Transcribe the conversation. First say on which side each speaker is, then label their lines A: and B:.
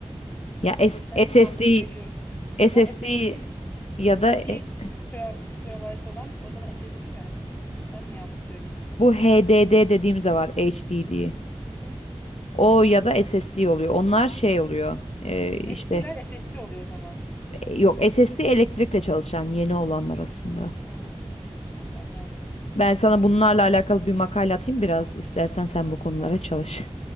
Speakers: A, on the left (about 15°); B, on the left (about 70°).
A: Peki
B: Ya S-
A: e, ben
B: SSD
A: mi yanlış söylüyorum?
B: SSD
A: Ha SSD
B: ya da
A: bir
B: e,
A: tera, terabayt olan o zaman SSD mi? Ben mi yanlış söyledim?
B: bu HDD dediğimiz de var HD diye.
A: Hı hı.
B: O ya da SSD oluyor. Onlar şey oluyor. e, işte
A: Eskiler SSD oluyor o zaman.
B: e, yok SSD elektrikle çalışan yeni olanlar aslında.
A: Ha, o zaman ben yanlış
B: Ben
A: e,
B: sana
A: söylüyorum.
B: bunlarla alakalı bir makale atayım biraz istersen sen bu konulara
A: <laughs>
B: çalış.